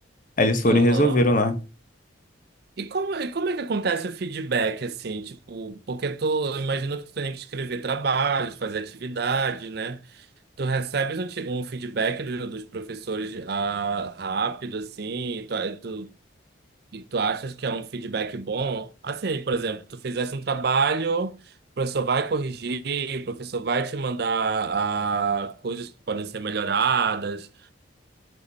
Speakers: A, on the left (about 40°); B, on the right (about 50°).
A: Aí eles foram
B: Aham.
A: e resolveram lá.
B: E como, e como é que acontece o feedback, assim, tipo, porque tu, eu imagino que tu tem que escrever trabalhos, fazer atividade né? Tu recebes um, ti- um feedback do- dos professores ah, rápido, assim, e tu, e tu, e tu achas que é um feedback bom? Assim, por exemplo, tu fizesse um trabalho, o professor vai corrigir, o professor vai te mandar ah, coisas que podem ser melhoradas.